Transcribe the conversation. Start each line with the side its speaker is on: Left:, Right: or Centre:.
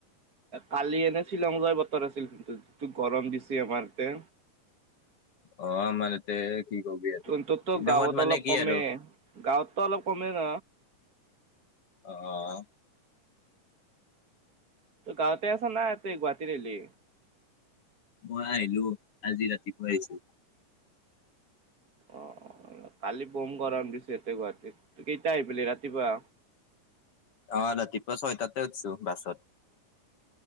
Right: কালি এনে শ্বিলং যোৱাৰ বতৰ আছিল কিন্তু যিটো গৰম দিছে আমাৰ ইতে।
Left: অ মানে তে। কি কবি আৰু
Right: ত ত ত
Left: শ্বিলঙত
Right: গাঁৱত অলপ কমে
Left: আৰু
Right: গাঁৱতত অলপ কম ন।
Left: অহ।
Right: ত গাঁৱতে আছছে নাই ত গুৱাহাটীৰৰে।
Left: মই আহিলো আজি ৰাতিপুৱা আহিছো।
Right: অ কালি বম গৰম দিছে এতে গুৱাহাটীত ত কেইটায়া আহি পি ৰাতিপুৱা।
Left: অহ ৰাতিপুৱা ছয়টাতে উঠিছো বাছত।